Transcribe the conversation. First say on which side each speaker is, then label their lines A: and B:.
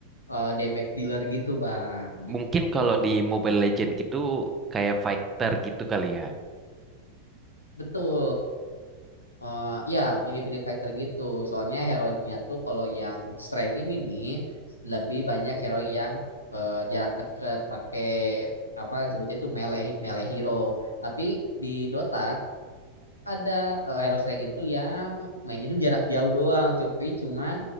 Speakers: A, on the left; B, on the right.
A: eh damage dealer gitu bang gitu
B: Mungkin kalau di Mobile Legend gitu kayak fighter gitu kali ya.
A: betul eh ya mirip-mirip fighter gitu soalnya hero-nya tuh kalau yang strength ini nih lebih banyak hero yang eh, jarak dekat pakai apa sebutnya itu melee melee hero tapi di Dota ada eh, hero strength itu yang mainnya tuh jarak jauh doang tapi cuman